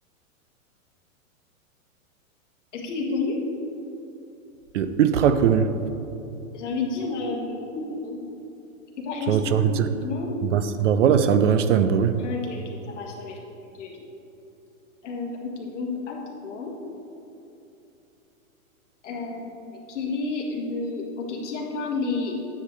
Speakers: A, on the left (about 55°); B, on the right (about 60°).
A: Est-ce qu'il est connu?
B: Il est ultra connu.
A: J'ai envie de dire. euh, Comment il s'appelle? C'est pas Einstein,
B: Tu vois, tu as envie de dire.
A: non?
B: Bah, c'est- bah voilà, c'est Albert Einstein, bah oui.
A: Ah, ok, ok, ça va, je savais. Ok, ok. Euh, ok, donc à toi. Euh, quel est le... Ok, qui a peint les...